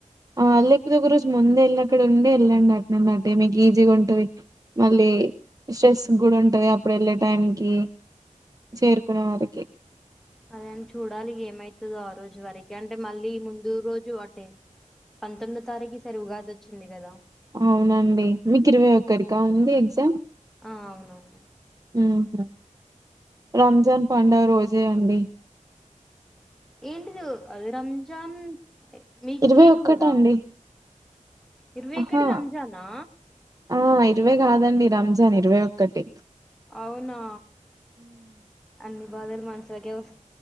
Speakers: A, on the right; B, in the centre.
A: ఆ లేకపోతే ఒకరోజు ముందే వెళ్ళి అక్కడ ఉండే వెళ్ళండి. అట్నుండి అట్టే మీకు ఈజీగా ఉంటది. మళ్ళీ స్ట్రెస్ కూడా ఉంటది. అప్పుడు వెళ్ళే టైంకి చేరుకునే వారికి.
B: అదే అండి చూడాలి. ఏమైతదో ఆ రోజు వరకే, అంటే మళ్ళీ ముందు రోజు అటే పంతొమ్మిదో తారీఖు ఈ సారి ఉగాది వచ్చింది కదా!
A: అవునండి మీకు ఇరవై ఒకరిగా ఉంది ఎగ్జామ్
B: ఆ అవునవును
A: ఉహు రంజాన్ పండగ రోజే అండి
B: ఏంటిది అది రంజాన్ మీక్
A: ఇరవై
B: మీకు
A: ఒక్కట
B: కదా
A: అండి
B: ఇరవై
A: ఆహా
B: ఒక్కటి రంజానా
A: ఆ ఇరవై కాదండి రంజాన్ ఇరవై ఒక్కటి
B: అవునా అన్ని బాదలు మనసలక వస్త